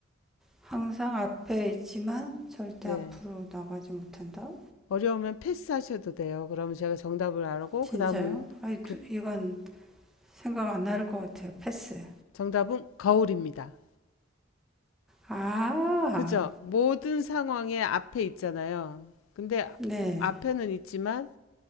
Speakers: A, in the centre; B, on the left (about 85°).
A: 항상 앞에 있지만 절대
B: 네.
A: 앞으로 나가지 못한다?
B: 어려우면 패스하셔도 돼요. 그러면 제가 정답을 알고
A: 진짜요?
B: 그다음 문,
A: 아이, 두-
B: 그
A: 이건 생각 안 나를 것 같아요. 패스.
B: 정답은 거울입니다.
A: 아,
B: 그죠? 모든 상황에 앞에 있잖아요. 근데
A: 네.
B: 앞에는 있지만